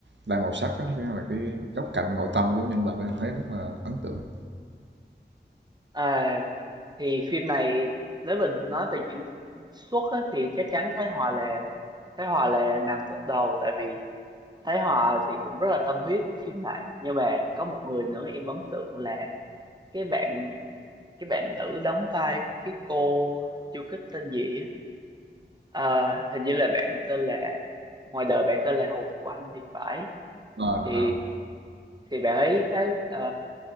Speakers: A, on the right (about 80°); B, on the right (about 25°).
A: đa màu sắc á cái là cái góc cạnh nội tâm của nhân vật á, em thấy rất là ấn tượng
B: À, thì phim này nếu mình nói về diễn xuất á, thì chắc chắn Thái Hòa là Thái Hòa là nằm top đầu tại vì Thái Hòa thì cũng rất là tâm huyết với phim này nhưng mà có một người nữa em ấn tượng là cái bạn cái bạn nữ đóng vai cái cô chưa kích tên gì á à, hình như là bạn tên là ngoài đời bạn tên là Hồ Thu Anh thì phải
A: à,
B: thì
A: à,
B: thì bạn ấy khá ờ,